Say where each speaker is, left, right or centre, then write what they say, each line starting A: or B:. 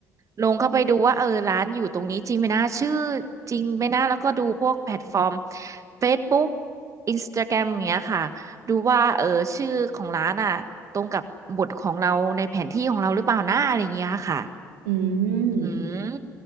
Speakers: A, on the right (about 40°); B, on the right (about 70°).
A: ลงเข้าไปดูว่าเออร้านอยู่ตรงนี้จริงไหมนะชื่อจริงไหมนะแล้วก็ดูพวกแพลตฟอร์ม Facebook Instagram อย่างเงี้ยค่ะดูว่าเออชื่อของร้านอ่ะตรงกับบทของเราในแผนที่ของเราหรือเปล่านะอะไรเงี้ยค่ะ
B: อืม
A: อืม